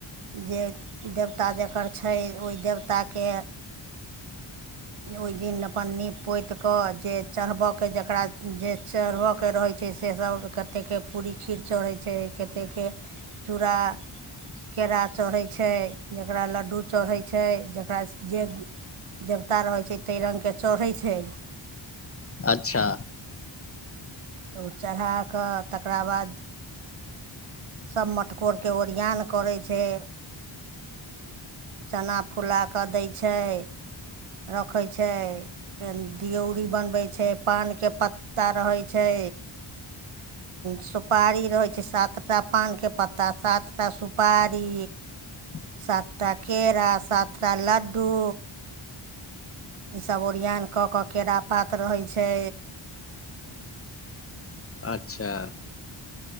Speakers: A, on the right; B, on the left.
A: जे, देवता जकर छै, ओई देवताके ओई दिन अपन नीप पोति कऽ जे चढ़बऽ के जकरा जे चढ़बऽ के रहै छै से सभ कते के पूरी खीर चढ़ै छै, केते के चूरा केरा चढ़ै छै, जकरा लड्डू चढ़ै छै, जकरा जे देवता रहै छै, तै रंग के चढ़ै छै।
B: अच्छा
A: तऽ ओ चढ़ा कऽ तकरा बाद सभ मटकोर के ओरिआन करै छै। चना फुला कऽ दै छै, रखै छै। दियौरी बनबै छै पान के पत्ता रहै छै सुपारी रहै छै, सात टा पान के पत्ता सात टा सुपारी
B: ह
A: सात टा केरा सात टा लड्डू इ सभ ओरियान कऽ कऽ, केरा पात रहै छै
B: अच्छा